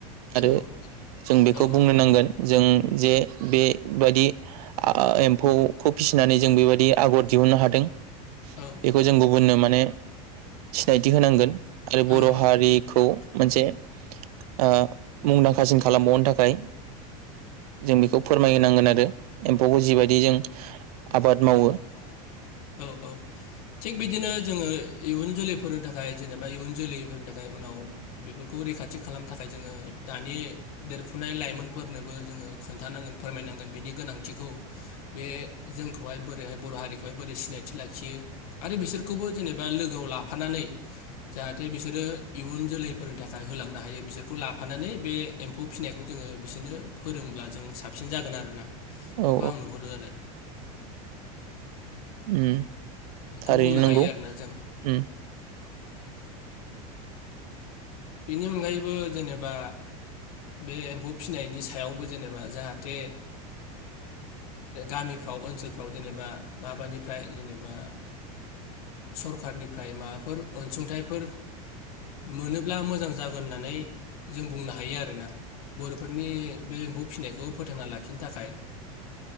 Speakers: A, on the right; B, on the left.
A: आरो
B: औ
A: जों बेखौ
B: औ
A: बुंनो
B: औ नंगौ।
A: नांगोन जों जे बेबादि आ एम्फौ खुब फिसिनानै जों बेबायदि आगर दिहुननो हादों।
B: औ
A: बेखौ
B: औ
A: जों गुबुननो माने सिनायथि होनांगोन आरो
B: ओं
A: बर हारिखौ मोनसे ओ। मुंदांखासिन खालामबावनो थाखाय जों बेखौ फोरमायहोनांगोन आरो एम्फौखौ जिबायदि जों आबाद।
B: <unintelligible>
A: मावो
B: औ औ थिग बिदि नो जोङो इयुन जोलैफोरनि थाखाय जेनेबा इयुन जोलैफोरनि थाखाय उनाव बेफोरखौ रैखाथि खालामनो थाखाय जोङो दानि देरफुनाय लाइमोनफोरनोबो जोङो खोन्थानांगोन फोरमायनांगोन बिनि गोनांथिखौ बे जोंखौ। बेहाय बोरैहाय बर' हारिखौहाय बोरै सिनायथि लाखियो आरो बिसोरखौबो जेनेबा लोगोआव लाफानानै जाहाथे बिसोरो इयुन जोलैफोरनि थाखाय होलांनो हायो बिसोरखौ लाफानानै बे एम्फौ फिसिनायखौ जोङो बिसोरनो फोरोंब्ला जों साबसिन जागोन आरो ना। बेखौ
A: औ
B: आं नुहुरो आरो
A: उम।
B: बेखौ
A: थारैनो
B: बुंनो हायो
A: नंगौ
B: आरोना जों
A: उम
B: बेनि अनगायैबो जेनेबा बे एम्फौ फिनायनि सायावबो जेनेबा जाहाथे गामिफ्राव ओनसोलफ्राव जेनेबा माबानिफ्राय जेनेबा सरखारनिफ्राय माबाफोर अनसुंथाइफोर मोनोब्ला मोजां जागोन होननानै जों बुंनो हायो आरोना बर'फोरनि बे एम्फौ फिनायखौ फोथांना लाखिनो थाखाय